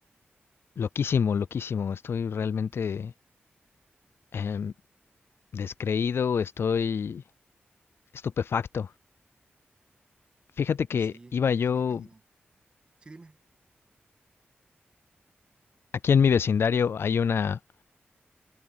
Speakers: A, on the left; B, on the right.
A: loquísimo, loquísimo, estoy realmente em, descreído, estoy estupefacto. Fíjate que
B: Sí,
A: iba yo,
B: sí me imagino. Sí, dime.
A: aquí en mi vecindario hay una,